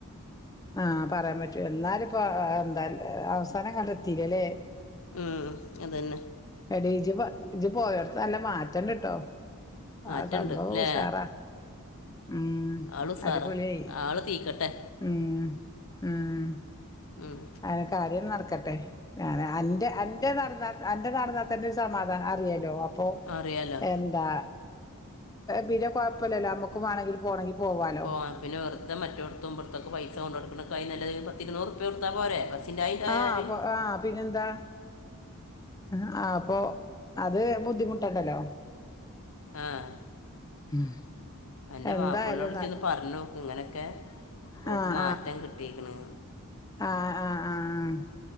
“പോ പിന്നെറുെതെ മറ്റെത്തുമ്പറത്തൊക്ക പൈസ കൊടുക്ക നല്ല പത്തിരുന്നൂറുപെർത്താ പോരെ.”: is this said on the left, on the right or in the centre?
Left